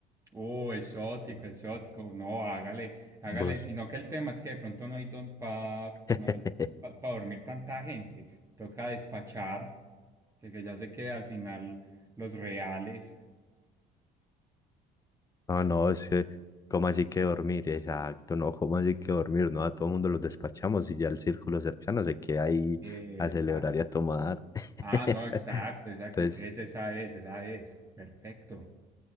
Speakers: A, on the right; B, on the left.
A: Oh, exótico, exótico. No, hágale, hágale.
B: Vos.
A: Sino que el tema es que de pronto no hay don para
B: <laughs>
A: no hay pa, pa dormir tanta gente. Toca despachar, que, que ya se queda al final los reales.
B: No, no, es que, ¿cómo así que dormir? Exacto, no, ¿cómo así que dormir? No, a todo el mundo los despachamos y ya el círculo cercano se queda ahí
A: Eh,
B: a
A: exacto.
B: celebrar y a tomar. <laughs>
A: Ah, no, exacto, exacto.
B: Entonces,
A: Entonces esa es, esa es. Perfecto.